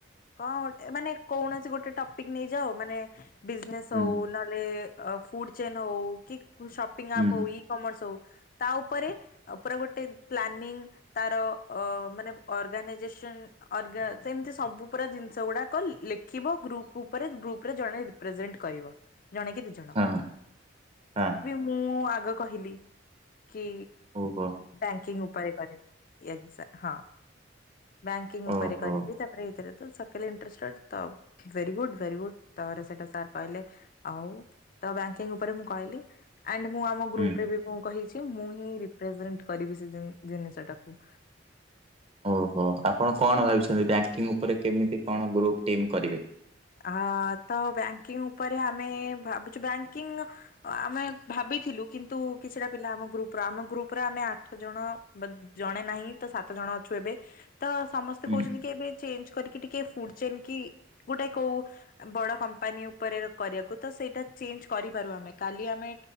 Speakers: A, on the left; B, on the right.
A: କଣ ଗଟେ ମାନେ କୌଣସି ଗୋଟେ ଟପିକ୍ ନେଇଯାଉ ମାନେ ବିଜନେସ୍
B: ହୁଁ
A: ହଉ, ନହେଲେ ଫୁଡ୍ ଚେନ୍ ହଉ, କି ଶପିଂ
B: ହୁଁ
A: ଆପ୍ ହଉ, ଇ କମର୍ସ ହଉ। ତା ଉପରେ। ପୁରା ଗୋଟେ ପ୍ଲାନିଂ ତାର ଅ ମାନେ ଅର୍ଗାନାଇଜେସନ। ଅର୍ଗା ସେମିତି ସବୁ ପୁରା ଜିନିଷ ଗୁଡାକ ଲେଖିବ ଗ୍ରୁପକୁ। ଜଣ ରେ ଜଣେ କି ଦ ଜଣ।
B: ହଁ ହଁ
A: ମୁଁ ଆଗ କହିଲି କି
B: ଓହୋ।
A: ବ୍ୟାଙ୍କିଙ୍ଗ ଉପରେ କରିବି। ଏା ହଁ ବ୍ୟାଙ୍କିଙ୍ଗ ଉପରେ
B: ଓହୋ
A: କରିବି ତାପରେ ଏଥିରେ ତ ସ। ଣ୍ଷ୍ଟ ତ ଭେ ଗୁଡ। ଭେରି ଗୁଡ ତାପ ସେଟା ସାର୍ କହିଲେ ଆଉ ତ ବଙ୍କିଙ୍ଗ ଉପରେ ମୁଁ କହିଲି। ଆ ମୁଁ ଆମ ଗ୍ରୁପରେ
B: ହୁଁ
A: ବି ମୁ କହିଛି ମୁଁ ହିଁ ରି୍ରେଜେଣ୍ କରିବି ସେ ଜିନିଷଟାକୁ।
B: ଓହୋ ଆପଣ କଣ ଭାବିଛନ୍ତି ବ୍ୟାଙ୍କିଙ୍ଗ ଉପରେ କେମିତି କଣ ଗ୍ରୁପ ଟିମ୍ କରିବେ।
A: ଅ ତ ବ୍ୟାଙ୍କିଙ୍ଗ ଉପରେ ଆମେ ଭାବୁଛୁ ବ୍ୟାଙ୍କିଙ୍ଗ। ଆମେ ଭାବିଥିଲୁ କିନ୍ତୁ କିଛିଟା ପିଲା, ଆମ ଗ୍ରୁପ ର ଆମ ଗ୍ରୁପରେ ଆମେ ଆଠ ଜଣ ଜଣେ ନାହିଁ ତ ସାତ ଜଣ ଅଛୁ ଏବେ। ତ ସମସ୍ତେ
B: ହୁଁ
A: କହୁଛନ୍ତି କି ଏବେ ଚେଞ୍ଜ କରିକି ଟିକେ ଫୁଡ ଚେନ୍ କି ଗୋଟେ କଉ ବଡ଼ କମ୍ପାନୀ ଉପରେ କରିବାକୁ ତ ସେଇଟା ଚେଞ୍ଜ କରିପାରୁ ଆମେ କାଲି ଆମେ